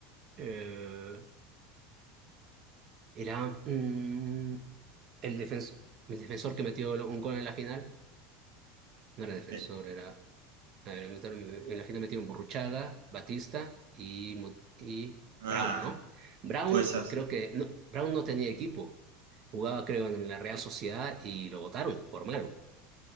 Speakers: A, on the right; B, on the right.
A: Eh, era mm, el, defens- el defensor que metió un gol en la final. No era defensor,
B: Eh,
A: era. a ver, metieron- en la final metieron Burruchaga, Batista y, Mu- y
B: Ah,
A: Brown, ¿no? Brown,
B: puede ser.
A: creo que. No, Brown no tenía equipo. Jugaba, creo, en la Real Sociedad y lo votaron por malo.